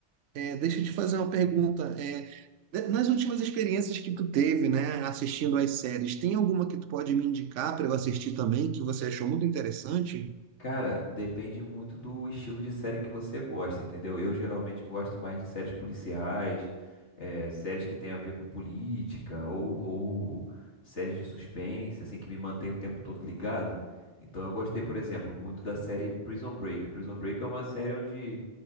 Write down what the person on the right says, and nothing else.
é, deixa eu te fazer uma pergunta. É, de- nas últimas experiências que tu teve, né, assistindo às séries, tem alguma que tu pode me indicar para eu assistir também, que você achou muito interessante?